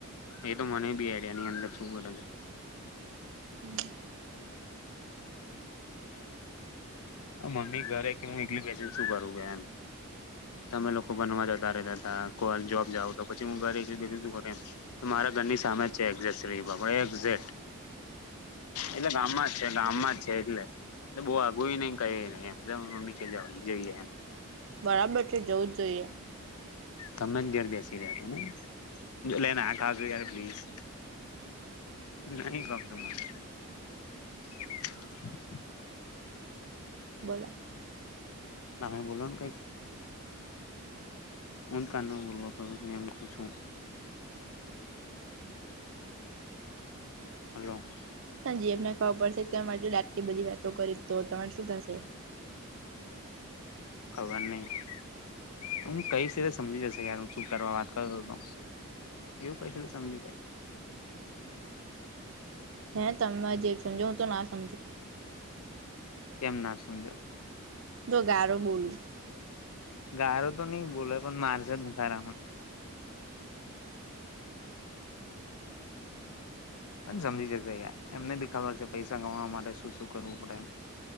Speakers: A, on the left (about 80°); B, on the right (about 60°).
A: એ તો મને બી આડિયા ની અંદર શું કર છો
B: હમ
A: આ મમી ઘરે કે હું એકલી બે શું કરું ગયા એમ તમે લોકો બનવા જતા રહેતા હતા કો જોબ જાાવ તો પછી હું ઘરે એક બે મારા ઘરની સામે જ છે એક્ઝે્રી એક્ઝેક્ટ એટલે ગામમાં જ છે ગામમાં જ છે એટલેલે બહુ આગું નહ કઈ નહી મમ્ી કવા જઈએમ
B: બરાબર છે જવું જ જોઈએ
A: તમે જ ઘર બેસી રહ્યા હતા ને લઈને આખજ યાર પ્લીઝ નહી ગમરમાં હ
B: બોલો
A: તમેમે બોલોન ક મન ક ગૂર્ ક છું હલો
B: હા જી એમને ખાવા પડશે ત ડાતલી બધી વાતો કરી તો તમારે શું થશે
A: ખબર નહી હું કઈ સીતે સમજી જશે યાર હ ચૂપ કરવા વાત કર તો એવું પૈશી તો સમજી જાય.
B: હે તમે જે સમજો હું તો ના સમજું
A: કેમ ના સમજો
B: તો ગારો બોલું
A: ગારો તો નહી બોલો પણ મારજન ગાર પણ સમજી જકશે યાર એમને બી ખબર છે પૈસા કમાવા માટે શું શું કરવું પડે એમ